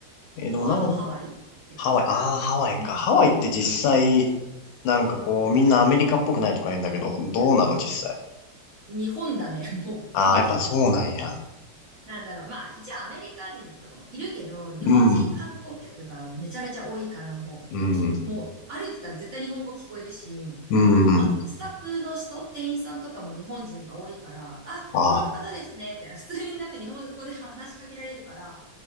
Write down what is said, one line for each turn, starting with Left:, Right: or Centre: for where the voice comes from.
Left: えーでもなんか、
Right: と、あとハワイって感じ。
Left: ハワイ、ああ、ハワイか。
Right: うん。
Left: ハワイって実際、
Right: うん。
Left: なんかこう、みんなアメリカっぽくないとか言うんだけど、どうなの実際。
Right: 日本だね、もう、
Left: ああ、
Right: ほぼ。
Left: やっぱそうなんや。
Right: なんだろう。まあ、一応アメリカ人とかもいるけど、日本人観光客がめちゃめちゃ多いから、
Left: うん、
Right: もう、
Left: うん、
Right: と、もう歩いてたら絶対日本語聞こえるし、
Left: うん。
Right: まあ、スタッフの人、店員さんとかも日本人が多いから、あ、
Left: あ
Right: 日本の方ですね、みたいな、普通になんか日本語で話しかけられるから、